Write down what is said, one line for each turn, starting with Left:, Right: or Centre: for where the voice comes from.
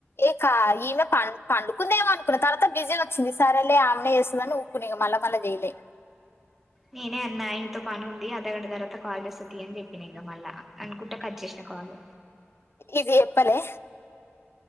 Left: ఇకా ఈమె పం పండుకుందేమో అనుకున్న తర్వాత బిజీ వచ్చింది సరేలే ఆమెనే చేస్తుా నువ్ కు నె మల్ల మల్ల జెయిలే
Centre: నేనే అన్న ఆయనతో పని ఉంది అర్ధగంట తర్వాత కాల్ చేసే తీ అని చెప్పిన ఇక మళ్ళా అనుకుంటే కట్ చేసిన కాల్
Left: ఇది ఎప్పలే